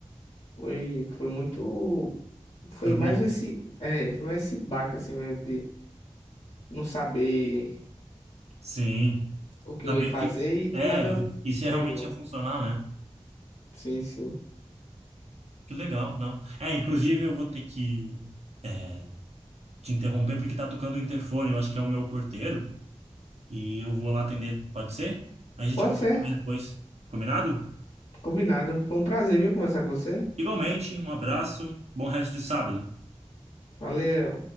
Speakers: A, on the left (about 65°); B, on the right (about 65°).
A: Foi, foi muito. Foi
B: Foi
A: mais
B: bom.
A: esse. É, foi mais esse baque assim mesmo não saber
B: Sim.
A: o que
B: Saber
A: eu ia fazer
B: o que
A: e do
B: é
A: nada
B: e se realmente
A: pegou.
B: ia funcionar, né?
A: Sim, sim.
B: Que legal, não. É, inclusive eu vou ter que é, te interromper porque tá tocando o interfone, eu acho que é o meu porteiro, e eu vou lá atender, pode ser? A gente
A: Pode
B: comenta
A: ser,
B: mais depois, combinado?
A: combinado. Foi um prazer, viu, conversar com você.
B: Igualmente, um abraço, bom resto de sábado.
A: Valeu.